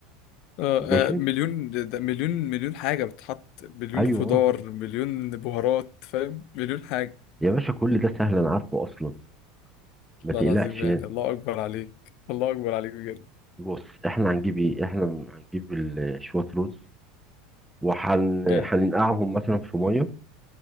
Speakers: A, on the left (about 60°); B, in the centre.
A: آه
B: ماشي
A: آه، مليون ده مليون مليون حاجة بتحط مليون
B: ايوه
A: خضار مليون بهارات فاهم مليون حاجة
B: يا باشا كل ده سهل انا عارفه اصلا ما
A: لا
B: تقلقش
A: العظيم يعني
B: يعني.
A: الله أكبر عليك الله أكبر عليك بجد
B: بص احنا هنجيب ايه احنا هنجيب ال- شوية رز وهن
A: جامد
B: هننقعهم مثلا في ميه